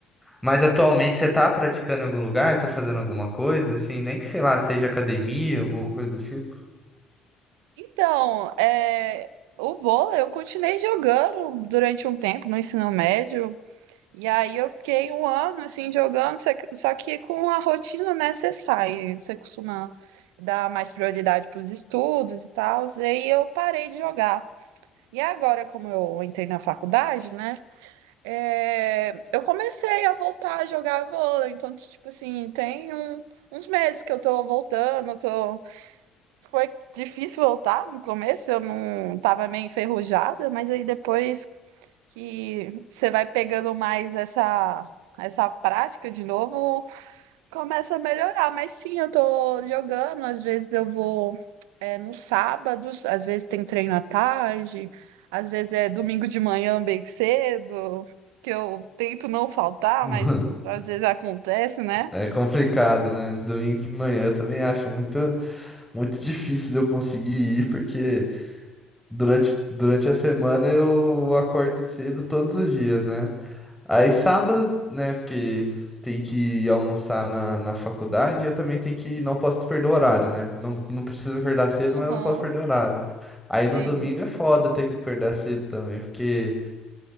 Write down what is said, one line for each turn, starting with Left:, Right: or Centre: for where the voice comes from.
Centre: Mas atualmente você tá praticando em algum lugar? Tá fazendo alguma coisa, assim? Nem que, sei lá, seja academia, alguma coisa do tipo.
Right: Então, é, o vôlei eu continuei jogando durante um tempo no ensino médio, e aí eu fiquei um ano assim jogando, só que só que com a rotina necessária. Você costuma dar mais prioridade para os estudos e tal, e aí eu parei de jogar. E agora, como eu entrei na faculdade, né? é, eu comecei a voltar a jogar vôlei. Então, tipo assim, tem um- uns meses que eu tô voltando, tô. Foi difícil voltar no começo, eu não tava meio enferrujada, mas aí depois que você vai pegando mais essa essa prática de novo, começa a melhorar. Mas sim, eu tô jogando, às vezes eu vou é, nos sábados, às vezes tem treino à tarde, às vezes é domingo de manhã bem cedo, que eu tento não faltar,
Centre: <laughs>
Right: mas às vezes acontece, né?
Centre: É complicado, né? Domingo de manhã eu também acho muito, muito difícil de eu conseguir ir, porque durante, durante a semana eu acordo cedo todos os dias, né? Aí sábado, né, porque tem que ir almoçar na, na faculdade, eu também tenho que, não posso perder o horário, né? Não, não preciso acordar cedo, mas
Right: Aham,
Centre: não posso perder o horário. Aí
Right: sim,
Centre: no domingo é foda ter que acordar cedo também, porque